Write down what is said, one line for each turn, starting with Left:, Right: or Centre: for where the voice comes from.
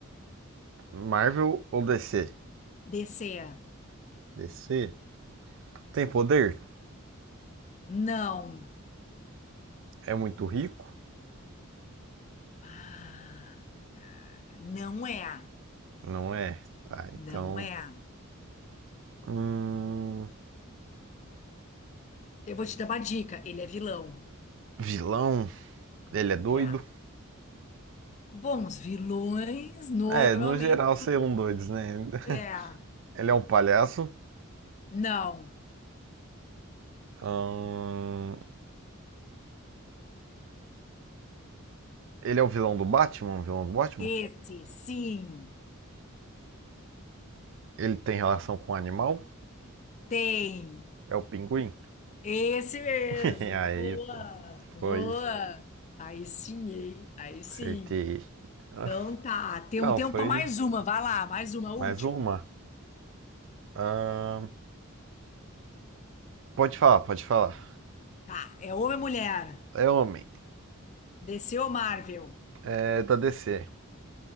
Right: Marvel ou DC?
Left: DC.
Right: DC. Tem poder?
Left: Não.
Right: É muito rico?
Left: Ah, cara. Não é.
Right: Não é. Tá, então.
Left: Não é.
Right: Hum,
Left: Eu vou te dar uma dica. Ele é vilão.
Right: vilão? Ele é doido?
Left: É. Bom, os vilões normalmente.
Right: É, no geral, seriam doidos, né? <laughs>
Left: É. É.
Right: Ele é um palhaço.
Left: Não.
Right: Ahn, Ele é o vilão do Batman? O vilão do Batman?
Left: Esse, sim.
Right: Ele tem relação com o animal?
Left: Tem.
Right: É o pinguim?
Left: Esse mesmo.
Right: <laughs> Aí,
Left: Boa.
Right: pô.
Left: Boa.
Right: Foi.
Left: Aí sim, hein? Aí sim.
Right: Acertei. <laughs>
Left: Então tá. Tem
Right: Então,
Left: um tempo
Right: foi
Left: para mais uma. Vai lá, mais uma, última.
Right: mais uma. Ahn, pode falar, pode falar.
Left: Tá. É homem ou mulher?
Right: É homem.
Left: Desceu Marvel?
Right: É da DC.